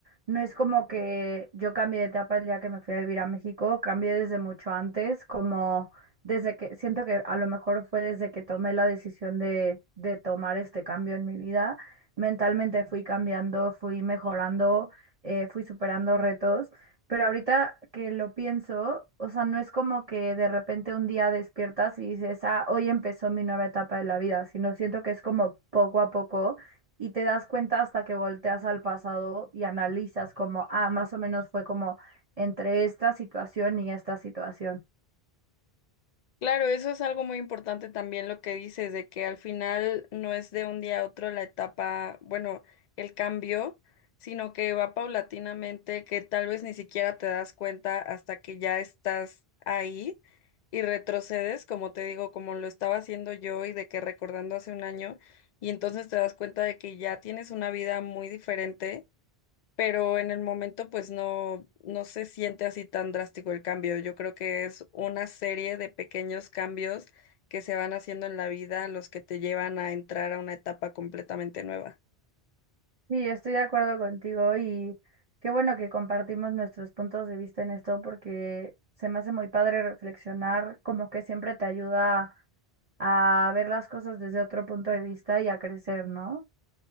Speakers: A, on the right; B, on the left.
A: no es como que yo cambié de etapa el día que me fui a vivir a México, cambié desde mucho antes, como desde que, siento que a lo mejor fue desde que tomé la decisión de, de tomar este cambio en mi vida, mentalmente fui cambiando, fui mejorando, eh, fui superando retos. Pero ahorita que lo pienso, o sea, no es como que de repente un día despiertas y dices, ah, hoy empezó mi nueva etapa de la vida, sino siento que es como poco a poco y te das cuenta hasta que volteas al pasado y analizas como, ah, más o menos fue como entre esta situación y esta situación.
B: Claro, eso es algo muy importante también lo que dices, de que al final no es de un día a otro la etapa, bueno, el cambio, sino que va paulatinamente, que tal vez ni siquiera te das cuenta hasta que ya estás ahí y retrocedes, como te digo, como lo estaba haciendo yo y de que recordando hace un año, y entonces te das cuenta de que ya tienes una vida muy diferente pero en el momento pues no, no se siente así tan drástico el cambio. Yo creo que es una serie de pequeños cambios que se van haciendo en la vida los que te llevan a entrar a una etapa completamente nueva.
A: Sí, estoy de acuerdo contigo y qué bueno que compartimos nuestros puntos de vista en esto porque se me hace muy padre reflexionar, como que siempre te ayuda a ver las cosas desde otro punto de vista y a crecer, ¿no?